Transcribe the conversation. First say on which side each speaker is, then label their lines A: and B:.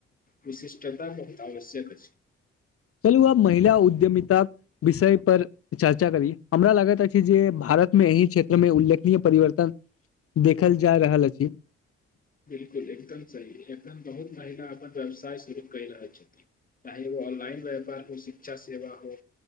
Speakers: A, on the left (about 25°); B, on the left (about 40°).
A: विशिष्टता बहुत आवश्यक अछि
B: चलू अब महिला उद्यमी प्राप्त विषय पर चर्चा करी हमरा लागैत अछि जे भारतमे एहि क्षेत्रमे उद्यमी परिवर्तन देखल जा रहल अछि
A: बिल्कुल एकदम सही एखन बहुत महिला अपन व्यवसाय शुरू कइ रहल छथिन चाहे ओ ऑनलाइन व्यापार हो शिक्षा सेवा हो